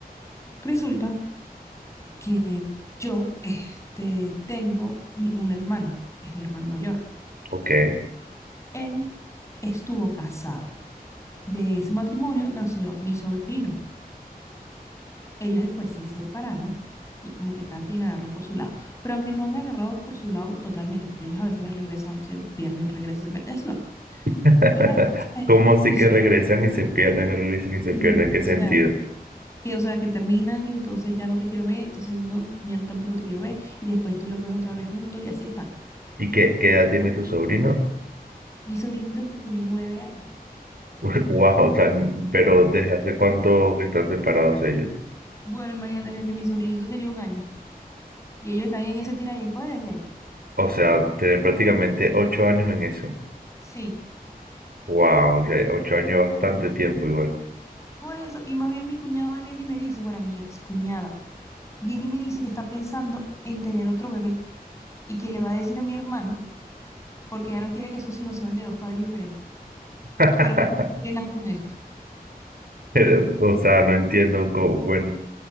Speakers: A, on the left (about 20°); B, on the right (about 70°).
A: Resulta que yo este, tengo mi- un hermano, que es mi hermano mayor.
B: ok.
A: Él estuvo casado. De ese matrimonio nació mi sobrino. Ellos después se separaron y como que cada quien agarró por su lado. Pero aunque no han agarrado por su lado totalmente, porque ellos a veces regresan, se pierden, regresan, se pierden, y así va.
B: <laughs>
A: La cosa es,
B: ¿Cómo así
A: sí,
B: que
A: sí,
B: regresan y se pierden, regresan y se
A: sí,
B: pierden? ¿En ¿Qué
A: o
B: sentido?
A: sea, que, o sea, que terminan y entonces ya no te quiero ver, entonces no, yo tampoco te quiero ver, y después tú los ves otra vez juntos y así están.
B: ¿Y qué, qué edad tiene tu sobrino?
A: Mi sobrinito ahorita tiene nueve años.
B: <laughs> Wow, o sea, pero ¿desde hace cuánto que están separados ellos?
A: Bueno, imagínate desde que mi sobrinito tenía un año y ellos están en ese tira y encoge desde ahí.
B: O sea, tienen prácticamente ocho años en eso.
A: Sí.
B: Wow, o sea, ocho años es bastante tiempo igual.
A: Por eso, y más bien mi cuñado viene y me dice, bueno, mi excuñada, viene y me dice que está pensando en tener otro bebé y que le va a decir a mi hermano porque ya no quiere que sus hijos sean de dos padres diferentes,
B: <laughs>
A: pero que no tiene nada con él. <laughs>
B: Pero, o sea, no entiendo cómo, bueno.